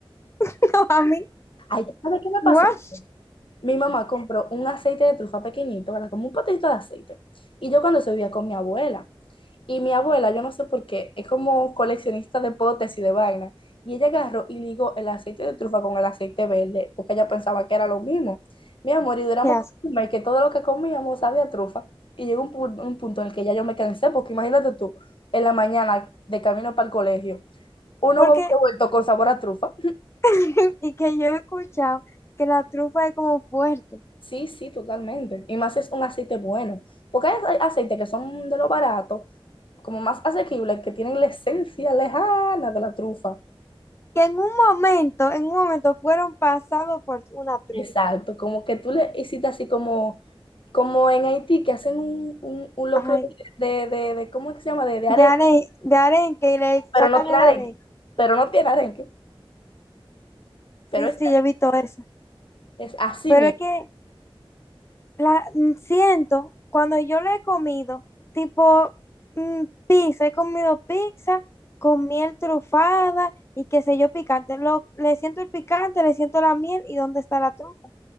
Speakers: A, on the left; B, on the left.
A: <laughs> No, a mí,
B: Ay, ¿sabes qué me pasó?
A: guau,
B: Mi mamá compró un aceite de trufa pequeñito, ¿verdad? Como un potito de aceite. Y yo cuando eso vivía con mi abuela. Y mi abuela, yo no sé por qué, es como coleccionista de potes y de vainas. Y ella agarró y ligó el aceite de trufa con el aceite verde, porque ella pensaba que era lo mismo. Mi amor, y duramos
A: qué asco.
B: como que todo lo que comíamos sabía a trufa. Y llegó un, pu- un punto en el que ya yo me cansé, porque imagínate tú, en la mañana de camino para el colegio, uno
A: Porque,
B: huevo revuelto con sabor a trufa.
A: <laughs> y que yo he escuchado que la trufa es como fuerte.
B: Sí, sí, totalmente. Y más si es un aceite bueno. Porque hay hay aceites que son de lo barato, como más asequibles, que tienen la esencia lejana de la trufa.
A: que en un momento, en un momento fueron pasados por una trufa.
B: Exacto, como que tú le hiciste así como, como en Haití, que hacen un, un, un locro
A: Ay,
B: de, de, de, de- ¿cómo es que se llama? De, de arenque,
A: de aren, de aren, que le
B: pero
A: sacan
B: no tiene
A: el
B: arenque,
A: aren.
B: pero no tiene arenque, pero
A: Sí,
B: es,
A: sí, yo he visto eso.
B: es así
A: Pero
B: mismo.
A: es que la mm, siento, cuando yo le he comido, tipo mm, pizza, he comido pizza con miel trufada y qué sé yo, picante. Lo, le siento el picante, le siento la miel y dónde está la trufa.